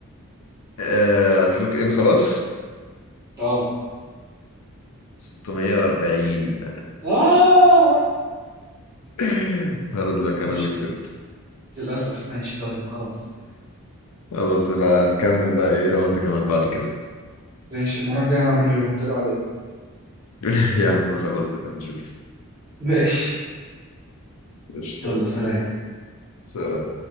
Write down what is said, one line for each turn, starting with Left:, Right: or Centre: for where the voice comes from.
Left: آه، هتلوك ان خلاص
Right: اه
Left: 640
Right: اه
Left: <laughs> هارد لك
Right: ماشي
Left: انا اللي كسبت
Right: للأسف ماشي طيب خلاص
Left: خلاص نبقى نكمل بقى ايه راوند كمان بعد كده
Right: ماشي المرة الجاية هعمل المنتدى عليه
Left: <laughs> يا عم خلاص نبقى نشوف
Right: ماشي
Left: قشطة.
Right: يلا سلام
Left: سلام